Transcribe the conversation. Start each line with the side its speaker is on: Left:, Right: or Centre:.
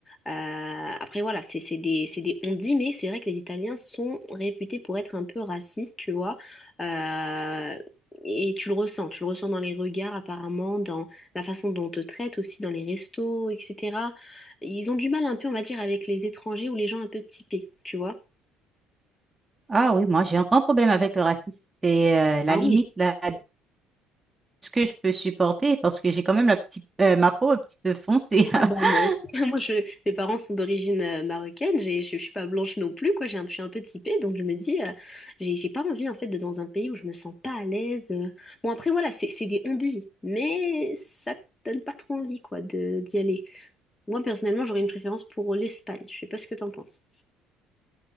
Left: Euh, après voilà c'est c'est des c'est des on dit mais c'est vrai que les Italiens sont réputés pour être un peu racistes tu vois Euh, et tu le ressens tu le ressens dans les regards apparemment dans la façon dont on te traite aussi dans les restos etc. Ils ont du mal un peu, on va dire, avec les étrangers ou les gens un peu typés, tu vois.
Right: Ah oui, moi j'ai un grand problème avec le racisme. C'est euh, la
Left: Ah
Right: limite
Left: oui.
Right: là, ce que je peux supporter parce que j'ai quand même la petite, euh, ma peau un petit peu foncée. <laughs>
Left: Ah bah moi aussi. <laughs> Moi, je, mes parents sont d'origine euh, marocaine, j'ai, je, je suis pas blanche non plus, quoi. J'ai un- je suis un peu typée, donc je me dis, euh, j'ai j'ai pas envie en fait d'être dans un pays où je me sens pas à l'aise. euh. Bon, après, voilà, c'est c'est des on-dit, mais ça te donne pas trop envie, quoi, de, d'y aller. Moi, personnellement, j'aurais une préférence pour l'Espagne. Je sais pas ce que t'en penses.